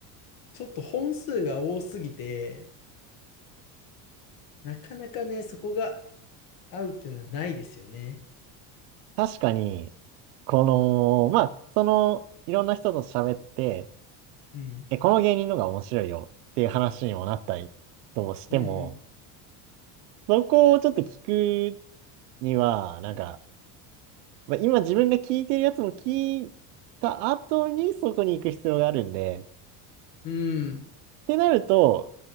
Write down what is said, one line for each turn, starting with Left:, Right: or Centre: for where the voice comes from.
Left: ちょっと本数が多すぎて、なかなかね、そこが合うっていうのはないですよね。
Right: 確かに、この、まあ、その、いろんな人と喋って、
Left: うん。
Right: え、この芸人のが面白いよっていう話にもなったりとしても、
Left: うん。
Right: そこをちょっと聞くには、なんか、まあ、今自分が聞いてるやつも聞いた後にそこに行く必要があるんで、
Left: うん。
Right: ってなると、